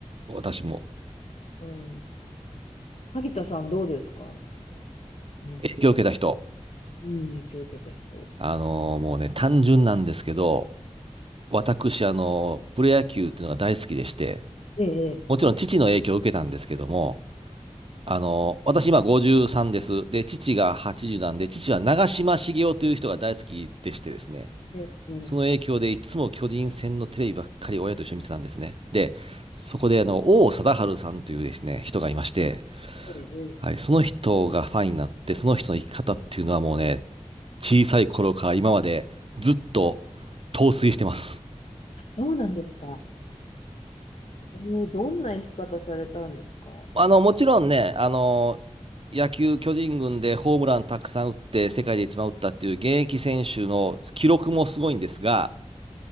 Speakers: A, on the right (about 55°); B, on the left (about 75°).
A: 私も。
B: うん。萩田さんどうですかなんか、ノスタル
A: 影響を受けた人。
B: ジー、うん、影響を受けた人。
A: あのーもうね、単純なんですけど、私、あのープロ野球っていうのが大好きでして、
B: ええ、
A: もちろん父の影響を受けたんですけども、
B: え
A: あのー私今53です。で、父が80なんで、父は長嶋茂雄という人が大好きでしてですね、
B: え、ええ、ええ。
A: その影響でいつも巨人戦のテレビばっかり親と一緒に見てたんですね。で、そこであの、王貞治さんというですね、人がいまして、
B: ええ
A: はい、その人がファンになって、その人の生き方っていうのはもうね、小さい頃から今までずっと陶酔してます。
B: あそうなんですか。ええ、どんな生き方されたんですか
A: あの、もちろんね、あの、野球巨人軍でホームランたくさん打って世界で一番打ったっていう現役選手の記録もすごいんですが、